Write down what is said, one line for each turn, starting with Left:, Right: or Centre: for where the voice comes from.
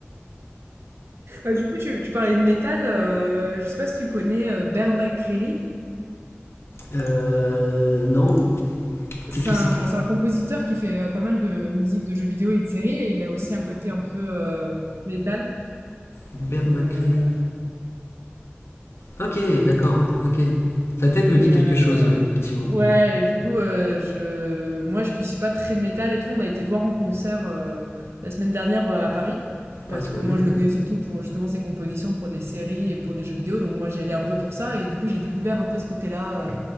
Right: Euh, du coup, tu, tu parlais de métal, euh, je sais pas si tu connais euh, Bear McCreary.
Left: Euh, non.
Right: C'est
Left: C'est Chris
Right: un, bon, c'est un compositeur qui fait euh, pas mal de musique de jeux vidéo et de séries, et il a aussi un côté un peu euh, métal.
Left: Bert
Right: Et,
Left: McCray.
Right: euh,
Left: Ok, d'accord. Ok. Sa tête me
Right: et,
Left: dit quelque
Right: euh,
Left: chose, oui, effectivement.
Right: Ouais, et du coup, heu, je moi je qui suis pas très métal et tout, on a été le voir en concert, heu, la semaine dernière, heu, à Paris. Parce
Left: Ah, trop
Right: que
Left: bien.
Right: moi je le connais surtout pour justement ses compositions pour des séries et pour des jeux vidéo, donc moi j'y allais un peu pour ça et du coup j'ai découvert un peu ce côté-là, heu,